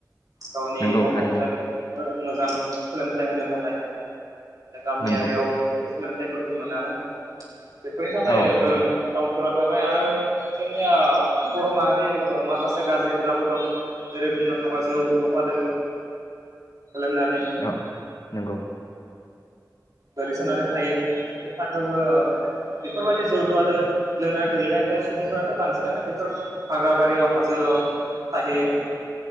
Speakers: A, on the right; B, on the left.
A: गावनि
B: नंगौ
A: गथ'
B: थारैनो
A: गथायफोरखौ ओ मोजां सोलोंथाइ होनो थाखाय गामियारियाव
B: नंगौ
A: सोलोंथाइफोरखौ मोनाना बेफोरनि थाखाय
B: औ नंगौ
A: गोरों गोराफोरा ताउन फोराव थाबाय आरो जोंनिया बर' माहारि माखासे गाज्रि हुदाबो दं जेरै बुंनो थांबा जौ जफादो लोंनानै
B: औ नंगौ
A: गोलैसोनानै थायो बेफोरनि थाखायबो बेफोरबायदि जौ जुवाजो लोंनानै गोलैनायफ्राय सुबुंफोराथ बांसिनानो बेफोर हाग्राबारियाव हाजोआव थाहैयो